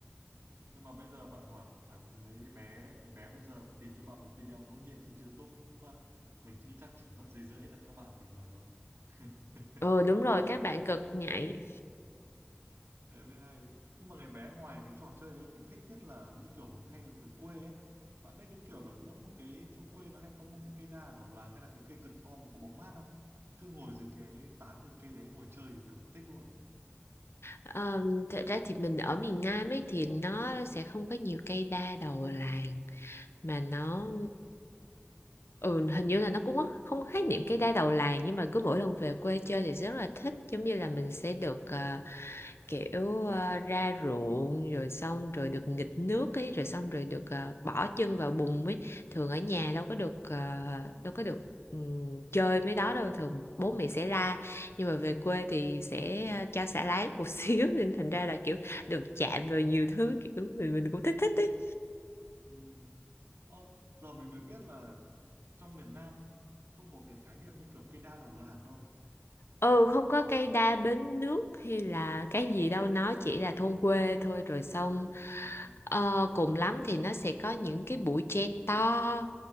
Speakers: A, on the right; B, on the left.
A: Nhưng mà bây giờ bạn hỏi mấy bé mấy bé bây giờ tìm cho bạn một video ngẫu nhiên trên YouTube á, mình nghĩ chắc chỉ mất giây rưỡi là các bạn tìm được rồi. <laughs>
B: Ừ đúng rồi các
A: Mỗi
B: bạn cực nhạy.
A: đấy với ai nhưng mà ngày bé ngoài cái trò chơi đấy mình thích nhất là như kiểu mình hay được về quê ấy bạn biết cái kiểu là mỗi một cái chỗ quê nó hay có một cái cây đa ở đầu làng hay là cái cây cực to mà có bóng mát không cứ ngồi dưới cái tán của cây đấy ngồi chơi thì cực thích luôn
B: Ờ, thật ra thì mình ở miền Nam ấy thì nó sẽ không có nhiều cây đa đầu làng. mà nó ừ hình như là nó cũng không khái niệm cái đa đầu làng nhưng mà cứ mỗi lần về quê chơi thì rất là thích giống như là mình sẽ được ờ, kiểu ờ, ra ruộng rồi xong rồi được nghịch nước ấy rồi xong rồi được ờ, bỏ chân vào bùn ấy thường ở nhà đâu có được ờ, đâu có được ừm, chơi mấy đó đâu thường bố mẹ sẽ la nhưng mà về quê thì sẽ ờ, cho xả láng một <laughs> xíu nên thành ra là kiểu được
A: Ờ,
B: chạm vào nhiều thứ kiểu mình mình cũng thích thích ấy
A: ừm. Ờ, giờ mình mới biết là trong miền Nam không có cái khái niệm như kiểu cây đa đầu làng đâu
B: ừ không có cây đa bến nước hay là cái gì đâu nó chỉ là thôn quê thôi rồi xong
A: Ờ,
B: ờ, cùng lắm thì nó sẽ có những cái bụi tre to